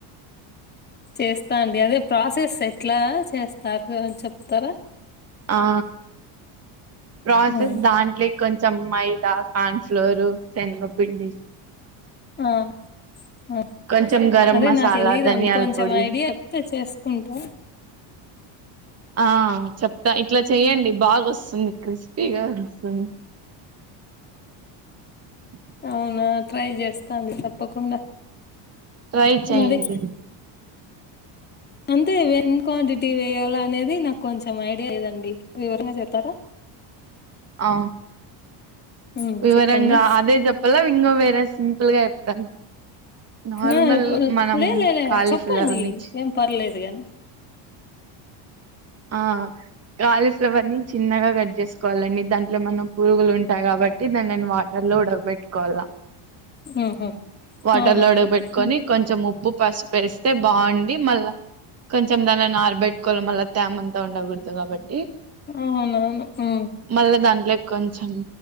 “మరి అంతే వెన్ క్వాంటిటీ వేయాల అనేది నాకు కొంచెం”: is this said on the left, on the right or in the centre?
Left